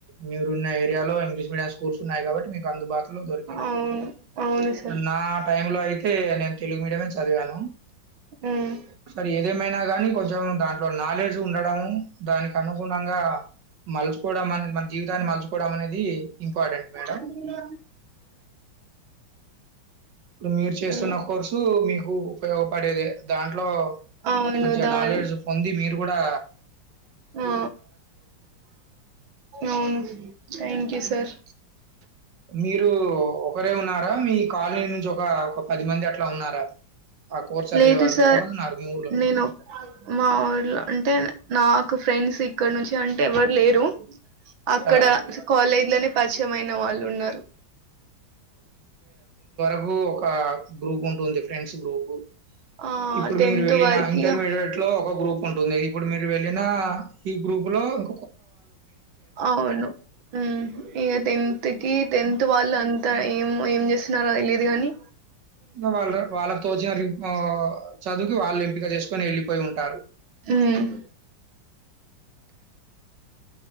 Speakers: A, on the right; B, on the right.
A: మీరున్న ఏరియాలో ఇంగ్లీష్ మీడియం స్కూల్స్ ఉన్నాయి కాబట్టి మీకు అందుబాటు దొరికింది
B: అవును అవును సార్
A: నా టై లో అయితే అే నేను తెలుగు మీడియమే చదివాను
B: ఉమ్.
A: సరి ఏదేమైనా కాగానీ కొ దాంట్లో నాలెడ్జ్ ఉండడంము దానికి అనుగుణంగా మలుచుకోవడం అ మన జీవిత దాన్ని మచుకోవడం అనేది ఇంపార్టెంట్ మేడం.
B: అవును
A: ఇప్పుడు మీరు చేస్తున్న
B: హ్మ్.
A: కోర్సు మీకు ఉపయోగపడేది దాంట్లో
B: అవును.
A: మంచిగా
B: దాన్
A: నాలెడ్జ్ పొంది మీరు కూడా
B: ఆ అవును థ్యాంక్ యూ సార్
A: మీరు ఒకరే ఉన్నారా మీ కాలనీ నుంచి ఒక ఒక పది మంది అట్లా ఉన్నారా ఆ కోర్స్ చదివే
B: లేదు
A: వాళ్ళు
B: సార్
A: ఎంతమంది ఉన్నారు మీ ఊర్లో?
B: నేను మా ఊర్లోఅంటే నాకు ఫ్రెండ్స్ ఇక్కడ నుంచి అంటే ఎవరు లేరు అక్కడ
A: ఆ!
B: కాలేజ్ లోనే పరిచయమైన వాళ్ళు ఉన్నారు
A: ఒహో ఒక గ్రూప్ ఉంటుంది ఫ్రెండ్స్ గ్రూప్
B: ఆ!
A: ఇప్పుడు మీరు వెళ్ళిన
B: వరకి
A: ఇంటర్మీడియట్ లో ఒక గ్రూప్ ఉంటుంది ఇప్పుడు మీరు వెళ్ళిన ఈ గ్రూప్ లో ఇం
B: అవును మ్ ఇగ టెన్త్ కి టెన్త్ వాళ్ళు అంతా ఏమో ఏం చేస్తున్నారో తెలీదు కాని
A: వాళ్ళ వాళ్ళకు తోచిన ఒ చదువుకి వాళ్ళు ఎంపిక చేసుకుని వెళ్ళిపోయి ఉంటారు
B: ఉమ్